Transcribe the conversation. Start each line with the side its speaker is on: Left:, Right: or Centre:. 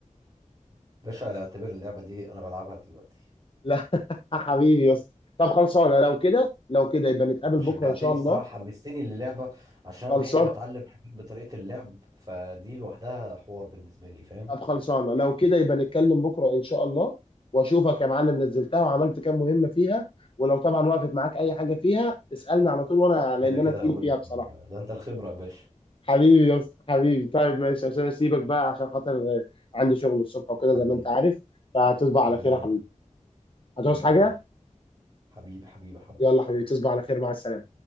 Right: باشا اعتبر اللعبة دي أنا بلعبها دلوقتي
Left: لا <laughs> حبيبي يا اسطى طب خلصانه لو كده لو كده يبقى نتقابل
Right: أنت شجعتني
Left: بكره ان شاء
Right: الصراحة
Left: الله
Right: حمستني للعبة عشان أنا
Left: خلصان
Right: بحب أتعلم حاجات بطريقة اللعب فدي لوحدها حوار بالنسبة لي فاهم
Left: طب خلصانه لو كده يبقى نتكلم بكره ان شاء الله واشوفك يا معلم نزلتها وعملت كام مهمه فيها ولو طبعا وقفت معاك اي حاجه فيها اسالني على طول وانا لان
Right: كده كده
Left: انا تقيل
Right: هقول
Left: فيها
Right: لك
Left: بصراحه
Right: ده أنت الخبرة يا باشا
Left: حبيبي يا اسطى حبيبي طيب ماشي عشان اسيبك بقى عشان خاطر آه، عندي شغل الصبح وكده
Right: حبيبي
Left: زي ما انت عارف فهتصبح على
Right: الله
Left: خير
Right: يعينك
Left: يا حبيبي هتعوز
Right: وأنت
Left: حاجه
Right: من أهله حبيبي حبيبي حبيبي
Left: يلا حبيبي تصبح على خير مع السلامه